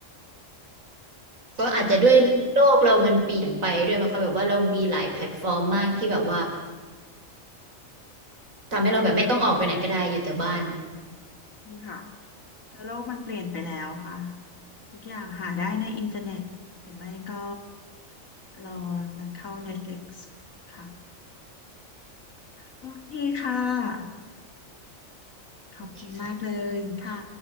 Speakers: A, on the right; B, on the left.
A: ก็อาจจะด้วยโลกเรามันเปลี่ยนไปด้วยมั้งคะแบบว่าเรามีหลายแพลตฟอร์มมากที่แบบว่า
B: ช่วงนี้
A: ทำให้เราแบบไม่ต้องออกไปไหนก็ได้อยู่แต่บ้าน
B: ค่ะเพราโลกมันเปลี่ยนไปแล้วค่ะทุกอย่างหาได้ในอินเทอร์เน็ตหรือไม่ก็รอมันเข้า Netflix ค่ะโอเคค่ะ
A: โอเคค่ะ
B: ขอบคุณมากเลยค่ะ